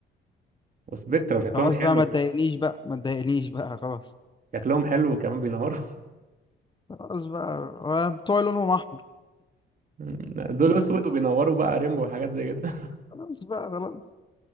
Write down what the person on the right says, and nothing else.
وسبكترا وشكلهم
حلو
شكلهم حلو وكمان بينوروا
<laughs> دول اسود وبينوروا بقى ريمبو وحاجات زي كده